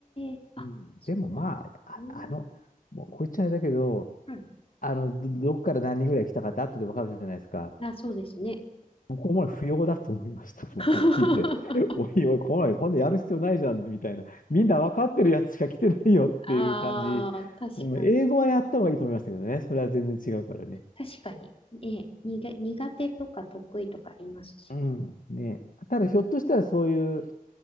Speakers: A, on the left; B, on the left.
A: ー、あ、
B: うん、
A: そうなんうーん、
B: でもまあ、あ、あの、もうこいつあれだけど、
A: うん
B: あの、どどっから何人ぐらい来たかって後でわかるじゃないですか。
A: あ、そうですね。
B: 僕も不要だと思いました、それ見て。
A: <laughs>
B: <laughs> おいおい、来ない、今度やる必要ないじゃん、みたいな。みんな分かってるやつしか来てないよっていう感じ。
A: ああ、確かに。
B: うん、英語はやった方がいいと思いましたけどね。それは全然違うからね。
A: 確かに。ええ、にが、苦手とか得意とかありますしね。
B: うん、ね。ただ、ひょっとしたらそういう